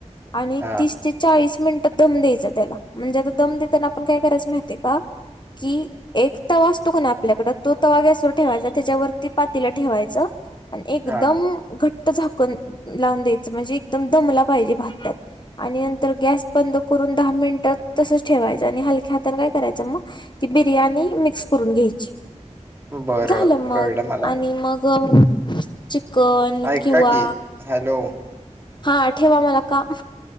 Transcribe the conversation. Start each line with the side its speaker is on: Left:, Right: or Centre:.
Left: आणि
Right: हां,
Left: तीस ते चाळीस मिनिट दम द्यायचा त्याला म्हणजे, आता दम देताना आपण काय करायच माहितय का कि एक तवा असतो कनय आपल्याकड, तो तवा गॅसवर ठेवायचा त्याच्यावरती पातील ठेवायच. आणि एकदम
Right: हां.
Left: घट्ट झाकण लावून द्यायच, म्हणजे एकदम दमला पाहिजे भात त्यात. आणि नंतर गॅस बंद करून दहा मिनिटात तसच ठेवायचं आणि हलक्या हातान काय करायचं मग ती बिर्याणी मिक्स करून घ्यायची
Right: बरं,
Left: झाल, मग
Right: कळलं मला.
Left: आणि मग ग चिकन
Right: ऐका
Left: किंवा
Right: की हॅलो.
Left: हा, ठेवा मला काम